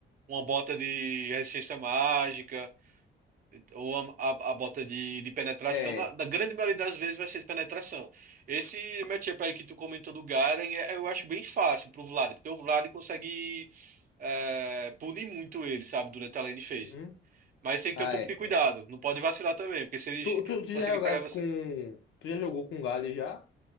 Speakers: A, on the right; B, on the left.
A: uma bota de resistência mágica, ou a, a- a bota de, de penetração.
B: é.
A: Na, na grande maioria das vezes vai ser de penetração. Esse matchup aí que tu comentou do Garen, é- eu acho bem fácil pro Vlad, porque o Vlad consegue é, punir muito ele, sabe, durante a lane phase.
B: Uhum.
A: Mas tem que
B: Ah,
A: ter um pouco
B: é.
A: de cuidado, não pode vacilar também, porque se ele
B: Tu,
A: che-
B: tu, tu
A: conseguir
B: já jogasse
A: pegar você.
B: com. Tu já jogou com galho já?